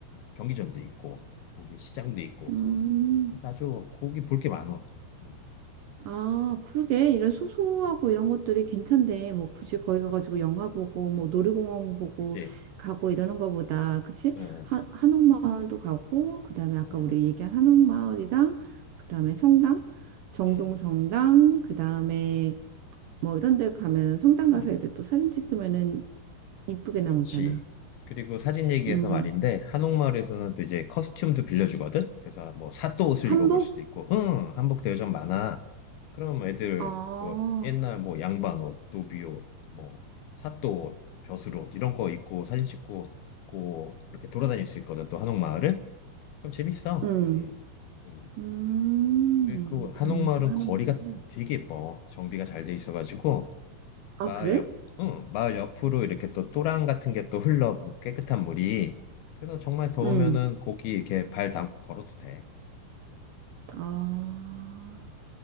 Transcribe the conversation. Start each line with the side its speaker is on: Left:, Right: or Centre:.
Left: 경기전도 있고 거기 시장도 있고
Right: 음,
Left: 그래서 아주 거기 볼게 많어 응.
Right: 아, 그러게. 이런 소소하고 이런 것들이 괜찮대. 뭐 굳이 거기 가가지고 영화 보고, 뭐 놀이공원 보고
Left: 그치?
Right: 가고 이러는 거보다, 그치?
Left: 응,
Right: 하, 한옥마을도 가고, 그 다음에 아까
Left: 응,
Right: 우리 얘기한 한옥마을이랑, 그 다음에
Left: 응,
Right: 성당, 정동성당,
Left: 응,
Right: 그 다음에
Left: 응,
Right: 뭐 이런 데 가면 성당 가서
Left: 응.
Right: 애들 또 사진 찍으면은 이쁘게 나오잖아.
Left: 그렇지. 그리고 사진 얘기해서
Right: 음,
Left: 말인데 한옥마을에서는 또 이제 커스튬도 빌려주거든. 그래서 뭐 사또 옷을
Right: 한복?
Left: 입어볼 수도 있고, 응, 한복 대여점 많아. 그럼 애들
Right: 어,
Left: 그거 옛날 뭐 양반 옷, 노비 옷, 뭐 사또 옷, 벼슬 옷 이런 거 입고 사진 찍고 고 이렇게 돌아다닐 수 있거든. 또 한옥마을을. 그럼 재밌어.
Right: 음,
Left: 음, 음.
Right: 음,
Left: 그리고 한옥마을은
Right: 전주 한옥마을.
Left: 거리가 되게 예뻐. 정비가 잘 돼 있어가지고
Right: 아,
Left: 마을
Right: 그래?
Left: 옆, 응, 마을 옆으로 이렇게 또 또랑 같은 게 또 흘러 깨끗한 물이. 그래서 정말 더우면은
Right: 응.
Left: 거기 이렇게 발 담고 걸어도 돼. 음,
Right: 아,
Left: 음,